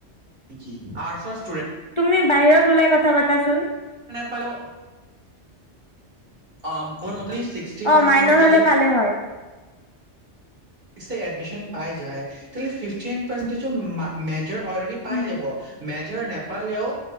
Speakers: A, on the right (about 50°); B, on the left (about 30°).
A: নিকি আৰ্চৰ ষ্টু
B: তুমি বাহিৰত ওলাই কথা পাতাচোন
A: পাই ল অ মোৰ মতে ছিক্সটি
B: অ
A: পাৰ্চেন্টেজ
B: মাইনৰ হ'লে
A: যদি
B: পালে হয়।
A: ইষ্টে এডমিশ্যন পাই যায়, তেতিয়া হ'লে ফিফটিন পাৰ্চেণ্টিজো মা মে চিঞৰ অলৰেডি
B: উম
A: পাই যাব মেজ চিয়ৰ নেপালেও